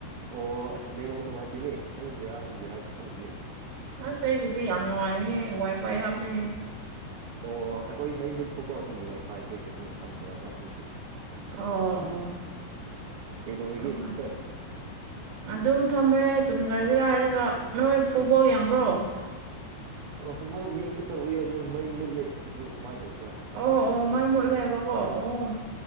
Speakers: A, on the right; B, on the right.
A: ꯑꯣ ꯑꯁꯤꯁ ꯅꯦꯝꯃꯛ ꯅꯨꯡꯉꯥꯏꯇꯦꯅꯦ ꯅꯪꯒꯤꯔꯥ ꯑꯩꯒꯤꯔꯥ ꯈꯪꯗꯦꯅꯦ
B: ꯑꯁ ꯑꯩꯒꯤꯗꯤ ꯌꯥꯝ ꯅꯨꯡꯉꯥꯏꯔꯍꯦ ꯋꯥꯏ ꯐꯥꯏ ꯍꯥꯞꯄꯦ
A: ꯑꯣ ꯑꯩꯈꯣꯏ ꯃꯩ ꯃꯨꯠꯄꯀꯣ ꯑꯗꯨꯒꯤ ꯋꯥꯏꯐꯥꯏꯁꯦ ꯀꯩꯅꯣ ꯁꯝꯗ꯭ꯔꯕ ꯑꯗꯨꯒꯤ
B: ꯑꯣ
A: ꯀꯩꯗꯧꯔꯤꯒꯦ
B: ꯑꯣ
A: ꯁꯤꯁꯇꯔ
B: ꯑ ꯑꯗꯨꯝ ꯐꯝꯃꯦ ꯇꯨꯝ ꯀꯔꯤꯒꯤꯔ ꯍꯥꯏꯔꯒ ꯅꯣꯏ ꯐꯨꯕꯥꯎ ꯌꯦꯡꯕ꯭ꯔꯣ
A: ꯑꯣ ꯐꯨꯇꯕꯣꯜ ꯌꯦꯡꯒꯦ ꯇꯧꯔꯤ ꯍꯧꯖꯤꯛ ꯃꯩ ꯃꯨꯠꯂꯦ ꯑꯗꯨ ꯀꯃꯥꯏꯅ ꯇꯧꯁꯤꯔ
B: ꯑꯣ
A: ꯈꯟꯕꯅꯤꯗ
B: ꯑꯣ ꯃꯥꯏ ꯃꯨꯠꯂꯦꯕꯀꯣ ꯑꯣ